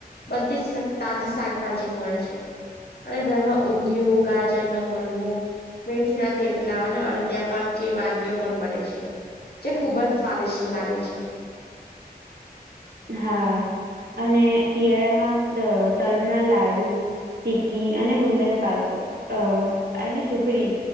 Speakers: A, on the left; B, on the right.
A: બધી જ તાજી શાકભાજી મળે છે. અને ઘરમાં ઉંધીયુ ગાજર નો હલવો મેથી ના થેપલા અને અડધ્યા પાક જે વાનગી ઓ પણ બને છે જે ખુબ જ સ્વાદિષ્ટ લાગે છે.
B: હા અને શિયાળામાં અ તલના લાડુ ચીકી અને ગુંદર પાક અ અને સુખડી